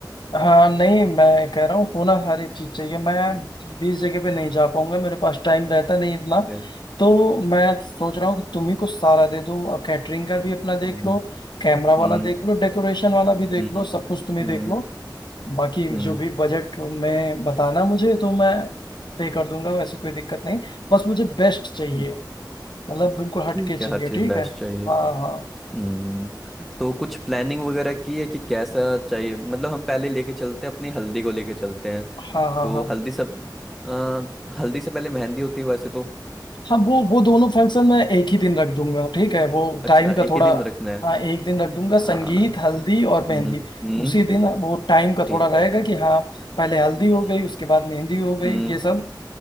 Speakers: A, on the left; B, in the centre.
A: हाँ नहीं मैं कह रहा हूँ होना हर एक चीज चाहिए मैं बीस जगह पे नहीं जा पाऊंगा मेरे पास टाइम रहता नहीं इतना
B: ठीक है
A: तो मैं सोच रहा हूँ कि तुम्ही को सारा दे दूँ कैटरिंग का भी अपना देख
B: हम्म
A: लो कैमरा वाला
B: हम्म
A: देख लो डेकोरेशन वाला भी देख
B: हम्म
A: लो सब कुछ तुम्ही
B: हम्म
A: देख लो बाकी
B: हम्म
A: जो भी बजट में बताना मुझे तो मैं पे कर दूंगा वैसे कोई दिक्कत नहीं बस मुझे बेस्ट चाहिए
B: हम्म,
A: मतलब बिल्कुल हटके
B: ठीक
A: चाहिए
B: है हर चीज
A: ठीक
B: बेस्ट
A: है
B: चाहिए
A: हाँ हाँ
B: हम्म तो कुछ प्लानिंग वगैरह की है कि कैसा चाहिए मतलब हम पहले लेके चलते हैं अपनी हल्दी को लेके चलते हैं
A: हाँ हाँ
B: तो
A: हाँ
B: हल्दी सब अ, हल्दी से पहले मेहंदी होती है वैसे तो
A: हाँ वो वो दोनों फंक्शन मैं एक ही दिन रख दूंगा ठीक है वो
B: अच्छा
A: टाइम का
B: एक
A: थोड़ा
B: ही दिन रखना है
A: हाँ एक दिन रख दूंगा संगीत
B: हाँ
A: हल्दी और मेहंदी
B: हम्म हम्म
A: उसी दिन वो टाइम का
B: ठीक
A: थोड़ा रहेगा
B: है
A: कि हाँ पहले हल्दी
B: हम्म
A: हो गई उसके बाद मेहंदी हो गई
B: हम्म
A: ये सब